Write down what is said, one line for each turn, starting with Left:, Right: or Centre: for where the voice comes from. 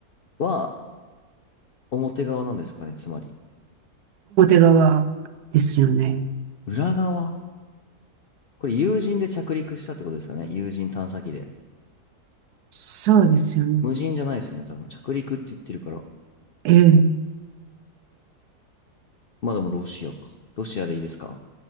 Left: ど、は表側なんですかね、つまり。
Right: 表側ですよね。
Left: 裏側これ有人で着陸したってことですかね、有人探査機で。
Right: そうですよね。
Left: 無人じゃないですよね、多分。着陸って言ってるから。
Right: ええ。
Left: まあでもロシアか。ロシアでいいですか